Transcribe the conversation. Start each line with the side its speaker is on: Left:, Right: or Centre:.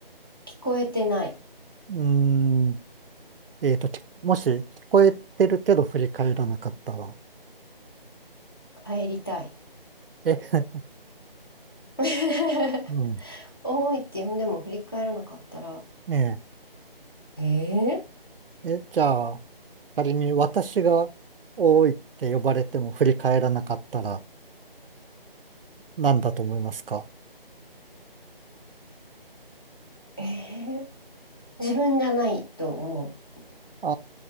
Left: 聞こえてない。
Right: うーん、えーと、きもし聞こえてるけど振り返らなかったら。
Left: 帰りたい。
Right: え、<laughs>
Left: <laughs>
Right: うん、
Left: 多いって呼んでも振り返らなかったら、
Right: え
Left: え
Right: ええ、じゃあ、仮に私が多いって呼ばれても振り返らなかったら何だと思いますか
Left: ー、えー自分じゃないと思う。
Right: あ